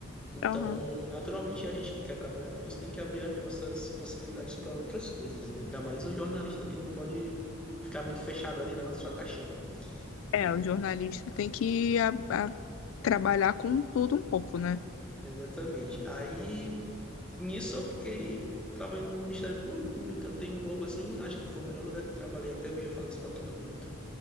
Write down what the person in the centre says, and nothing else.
Então,
naturalmente, a gente que quer trabalhar com isso tem que abrir as nossas possibilidades para outras coisas, né? Ainda mais um jornalista que não pode ficar muito fechado ali na sua caixinha.
E-
Exatamente. Aí. Nisso eu fiquei trabalhando no Ministério Público, me encantei um pouco assim, acho que foi o melhor lugar que eu trabalhei até hoje, eu falo isso pra todo mundo.